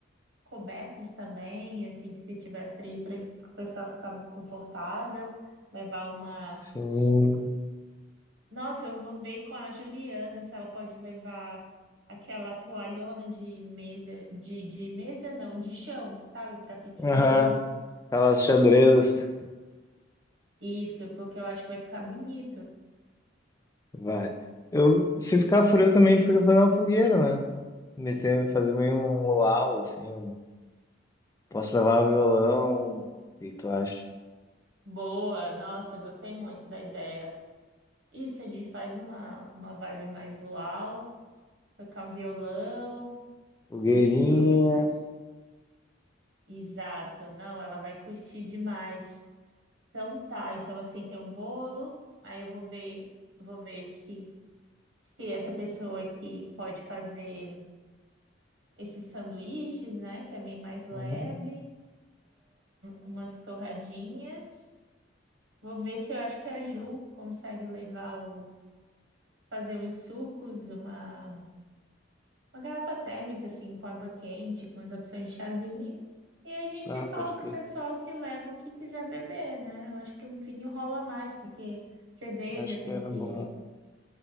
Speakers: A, on the right; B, on the left.
A: cobertas também, assim, se tiver frio, para o pessoal ficar confortável. Levar uma
B: Sim.
A: Nossa, eu vou ver com a Juliana se ela pode levar aquela toalhona de mesa, de, de mesa não, de chão, sabe, para piquenique.
B: Aham, aquelas xadrezas.
A: Isso, porque eu acho que vai ficar bonito.
B: Vai. Eu, se ficar frio também, a gente podia fazer uma fogueira, né? Meter, fazer meio um luau, assim. um, Posso levar o violão. O que tu acha?
A: Boa, nossa, gostei muito da ideia. Isso, a gente faz uma, uma vibe mais luau, tocar um violão
B: Fogueirinha.
A: e. Exato, não, ela vai curtir demais. Então tá, então assim tem um bolo, aí eu vou ver, eu vou ver se. Se essa pessoa que pode fazer esses sanduíches, né, que é bem mais leve,
B: Uhum.
A: umas torradinhas. Vou ver se eu acho que a Ju
B: Tá,
A: consegue levar o fazer uns sucos, uma, uma garrafa térmica assim com água quente, com as opções de chazinho. E a gente
B: Tá,
A: fala
B: perfeito.
A: pro pessoal que leva o que quiser beber, né? Eu acho que um vinho rola mais, porque cerveja
B: Acho
A: tem
B: que era
A: que,
B: bom.